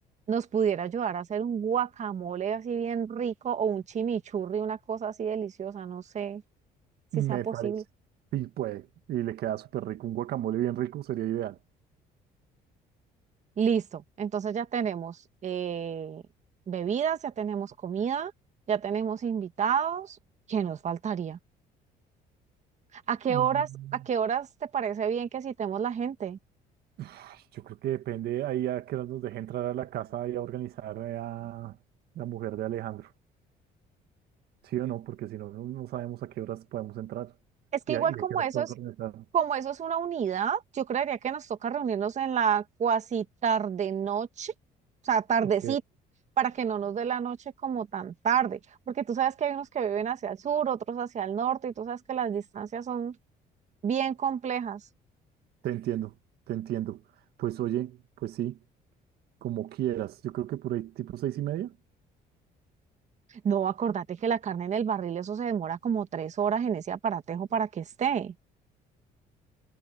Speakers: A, on the right; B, on the right.
A: nos pudiera ayudar a hacer un guacamole así bien rico o un chimichurri, una cosa así deliciosa. No sé si
B: Me
A: sea posible.
B: parece. Sí, puede. Y le queda súper rico. Un guacamole bien rico sería ideal.
A: Listo. Entonces ya tenemos eh, bebidas, ya tenemos comida, ya tenemos invitados. ¿Qué nos faltaría? ¿A qué
B: Mm,
A: horas, a qué horas te parece bien que citemos la gente?
B: ay, Yo creo que depende ahí a que nos deje entrar a la casa y a organizar eh, a la mujer de Alejandro. ¿Sí o no? Porque si no, no, no sabemos a qué horas podemos entrar
A: Es que
B: y
A: igual
B: a, y
A: como
B: a qué horas
A: eso
B: podemos
A: es,
B: organizar.
A: como eso es una unidad, yo creería que nos toca reunirnos en la cuasi tarde noche, o sea, tardecita,
B: Ok,
A: para que no nos dé la noche como tan tarde, porque tú sabes que hay unos que viven hacia el sur, otros hacia el norte, y tú sabes que las distancias son bien complejas.
B: Te entiendo, te entiendo. Pues oye, pues sí, como quieras. Yo creo que por ahí tipo seis y media.
A: No, acordate que la carne en el barril, eso se demora como tres horas en ese aparatejo para que esté.